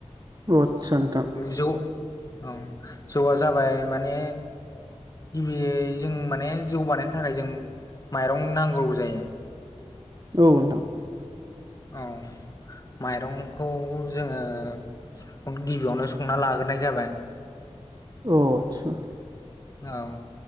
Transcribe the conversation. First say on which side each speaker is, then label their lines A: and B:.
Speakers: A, on the right (about 35°); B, on the left (about 30°).
A: अ आदसा नोंथां
B: जौ औ जौआ जाबाय माने गिबियै जों माने जौगानायनि थाखाय जों माइरं नांगौ जायो
A: औ नोंथां
B: औ माइरंखौ जोङो खौनो गिबियावनो संना लागोरनाय जाबाय।
A: अ' आथ्सा।
B: औ,